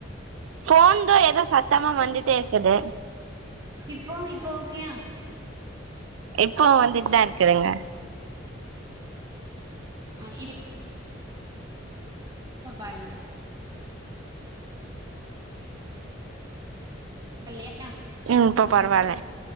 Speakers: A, on the right (about 90°); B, on the right (about 20°).
A: போன்தா எதோ சத்தமா வந்துட்டே இருக்குது
B: இப்போ இப்போ ஓக்கையா
A: இப்போ வந்துட்டு தா இருக்குதுங்க
B: ஆ இ இப்ப பாருங்க வல்லயா
A: ம் இப்ப பரவால்ல